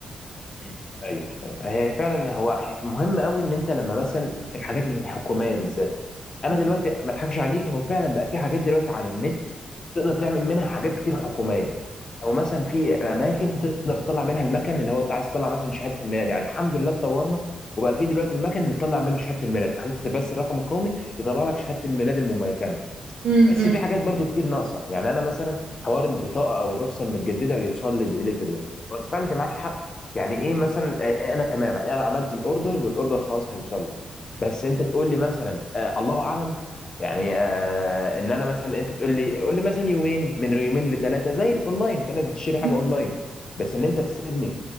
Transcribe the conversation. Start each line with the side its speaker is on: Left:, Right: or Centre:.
Left: مم. ايوه ايوه هي فعلا هو ح- مهم قوي ان انت لما مثلا في الحاجات الحكوميه بالذات انا
Right: مم.
Left: دلوقتي ما اضحكش عليك هو فعلا بقى في حاجات دلوقتي على النت تقدر تعمل منها حاجات كتير حكوميه او مثلا في اماكن تقدر تطلع منها المكن اللي هو انت عايز تطلع مثلا شهاده الميلاد يعني الحمد لله اتطورنا وبقى في دلوقتي المكن اللي تطلع منه شهاده الميلاد تحط بس الرقم القومي يطلع لك شهاده الميلاد المميكنه
Right: مم.
Left: بس في حاجات برضو كتير ناقصه يعني انا مثلا حوار البطاقه او الرخصه المتجدده ويوصل لي ديليفري ده هو انت فعلا انت معاك حق يعني ايه مثلا آه، انا تمام انا عملت الاوردر والاوردر خلاص هيوصل لي بس انت تقول لي مثلا آه الله اعلم يعني آه ان انا مثلا انت تقول لي قول لي مثلا يومين من يومين لثلاثه زي الاونلاين كانك بتشتري حاجه
Right: مم.
Left: اونلاين بس ان انت تسيبني